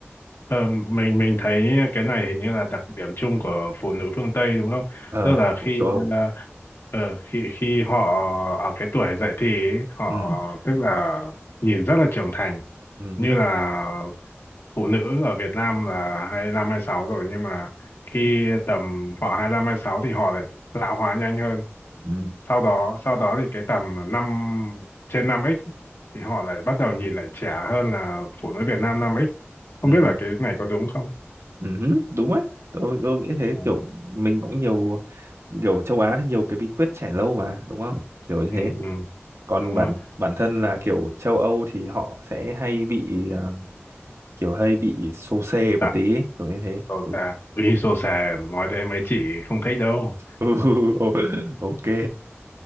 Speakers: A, on the left (about 60°); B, on the right (about 75°).
A: ờ, mình mình thấy cái này hình như là đặc điểm chung của phụ nữ phương Tây đúng không
B: ờ
A: tức là
B: của
A: khi
B: châu Âu
A: à, ờ, khi khi họ ở cái tuổi dậy thì ấy, họ
B: ừ,
A: tức là nhìn rất là trưởng thành
B: ừ,
A: như
B: ừ,
A: là phụ nữ ở Việt Nam là 25 sáu rồi nhưng mà khi tầm họ 25 sáu thì họ lại lão hóa nhanh hơn
B: ừ,
A: sau đó sau đó thì cái tầm năm trên năm x ấy, thì họ lại bắt đầu nhìn lại trẻ hơn là phụ nữ Việt Nam năm x không
B: ừ,
A: biết là cái này có đúng không
B: ừ, ừ, đúng đấy tôi, tôi nghĩ thế
A: Ờ,
B: kiểu mình cũng nhiều kiểu châu Á thì nhiều cái bí quyết trẻ lâu mà đúng không kiểu như
A: ừ,
B: thế
A: ừ,
B: còn
A: đúng
B: bản
A: rồi
B: bản thân là kiểu châu Âu thì họ sẽ hay bị à, kiểu hay bị xô xê một
A: tại
B: tí ấy, kiểu như thế
A: sổ
B: ừ.
A: xà
B: <laughs>
A: Ui, sổ xà nói thế mấy chị không thích đâu
B: Ừ, ô- ok